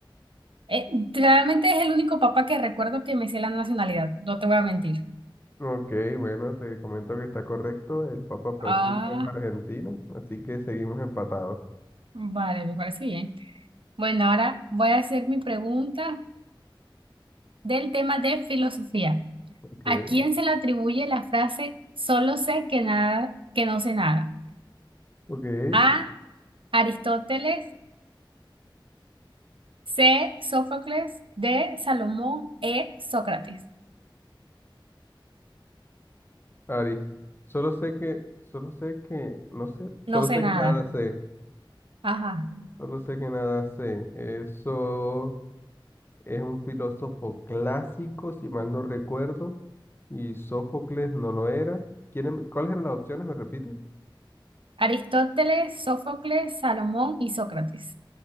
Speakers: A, on the right; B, on the left.
A: Eh, realmente es el único papá que recuerdo que me sé la nacionalidad, no te voy a mentir.
B: Ok, bueno, te comento que está correcto. El Papa Francisco
A: Ah,
B: es argentino, así que seguimos empatados.
A: vale, me parece bien. Bueno, ahora voy a hacer mi pregunta del tema de filosofía.
B: Ok,
A: ¿A quién se le atribuye la frase solo sé que nada, que no sé nada?
B: ok.
A: A, Aristóteles, C, Sófocles, D, Salomón, E, Sócrates.
B: Ari, solo sé que, solo sé que, no sé, solo
A: No sé
B: sé que
A: nada.
B: nada sé,
A: Ajá.
B: solo sé que nada sé. Eso es un filósofo clásico, si mal no recuerdo, y Sófocles no lo era. ¿Quiénes- ¿Cuáles eran las opciones? ¿Me repite.
A: Aristóteles, Sófocles, Salomón y Sócrates.